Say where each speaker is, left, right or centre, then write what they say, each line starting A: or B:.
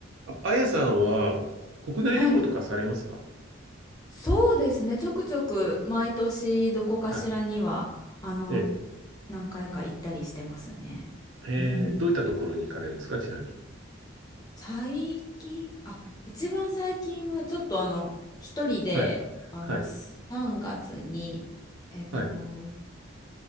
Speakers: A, on the right (about 65°); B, on the left (about 20°).
A: ああやさんは国内旅行とかされますか
B: はい。そうですね。ちょくちょく毎年どこかしらには、
A: はい。
B: あの、
A: ええ。
B: 何回か行ったりしてますね。
A: えーどういったところに行かれるんですかちなみに。
B: うん。最近、あ、一番最近はちょっとあの、一人で、
A: はい。
B: あの、
A: はい。
B: 3月に、えっと、
A: はい。